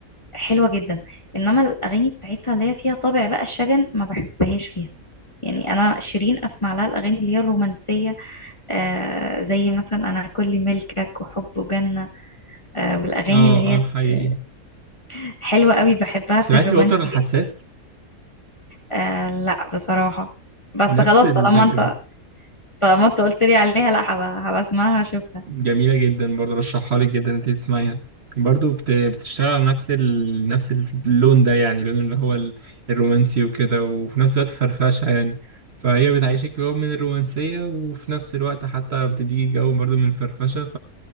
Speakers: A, on the left; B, on the right.
A: حلوه جدا انما الاغاني بتاعتها اللي هي فيها طابع بقى الشجن ما بحبهاش فيها يعني انا شيرين اسمع لها الاغاني اللي هي الرومانسيه آه زي مثلا انا كل ملكك وحب وجنه آه والاغاني
B: اه
A: اللي هي
B: اه حقيقي
A: آه، حلوه قوي بحبها
B: سمعتي
A: في الرومانسي
B: الوتر الحساس
A: آه لا بصراحة بس
B: نفس
A: خلاص
B: الفكره
A: طالما انت طالما انت قلت لي عليها لا هبقى هبقى اسمعها هشوفها
B: جميله جدا برضه رشحها لك جدا انت تسمعيها برضه بت- بتشتغل على نفس ال... نفس اللون ده يعني اللون اللي هو ال- الرومانسي وكده وفي نفس الوقت فرفشه يعني فهي بتعيشك جو من الرومانسية وفي نفس الوقت حتى بتديكي جو برضه من الفرفشة